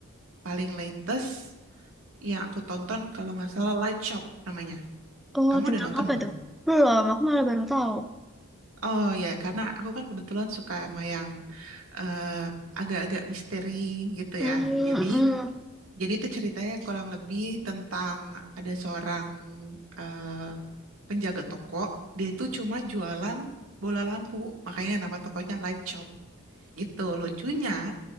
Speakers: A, on the right; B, in the centre.
A: paling latest yang aku tonton kalau nggak salah Light Shop namanya.
B: Oh,
A: Kamu
B: tentang
A: udah nonton
B: apa
A: belum?
B: tuh? Belum, aku malah baru tahu.
A: Oh ya, karena aku kan kebetulan suka sama yang eh, agak-agak misteri gitu
B: Hmm,
A: ya. Jadi
B: hmm. hmm.
A: Jadi itu ceritanya kurang lebih tentang ada seorang eh, penjaga toko. Dia itu cuma jualan bola lampu, makanya nama tokonya Light Shop. Gitu lucunya,